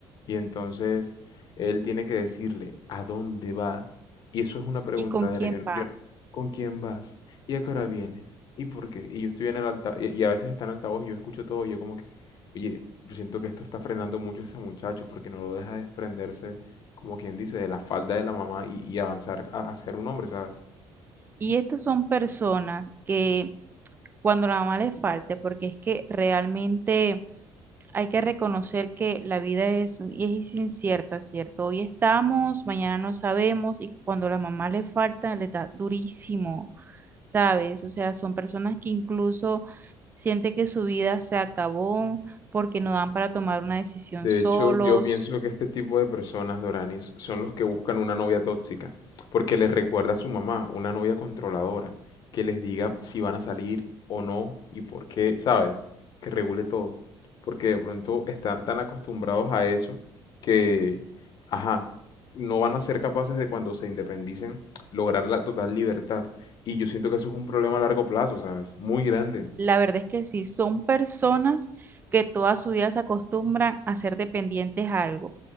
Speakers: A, on the left; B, on the right.
A: y entonces él tiene que decirle a dónde va y eso es una preguntadera.
B: ¿Y con quién
A: Yo,
B: va?
A: yo, ¿con quién vas? ¿Y a qué hora vienes? ¿Y por qué? Y yo estoy en el altavoz y, y a veces está en altavoz y yo escucho todo y yo como que, oye, yo siento que esto está frenando mucho a ese muchacho porque no lo deja desprenderse, como quien dice, de la falda de la mamá y, y avanzar a, a ser un hombre, ¿sabes?
B: Y estos son personas que cuando la mamá le falte, porque es que realmente hay que reconocer que la vida es, es incierta, ¿cierto? Hoy estamos, mañana no sabemos y cuando la mamá le falta, le da durísimo, ¿sabes? O sea, son personas que incluso sienten que su vida se acabó porque no dan para tomar una decisión
A: De
B: solos.
A: hecho, yo pienso que este tipo de personas, Doranis, son los que buscan una novia tóxica, porque les recuerda a su mamá, una novia controladora, que les diga si van a salir o no y por qué, ¿sabes? Que regule todo, porque de pronto están tan acostumbrados a eso que, ajá, no van a ser capaces de cuando se independicen lograr la total libertad. Y yo siento que eso es un problema a largo plazo, ¿sabes? Muy grande.
B: La verdad es que sí, son personas que toda su vida se acostumbran a ser dependientes a algo.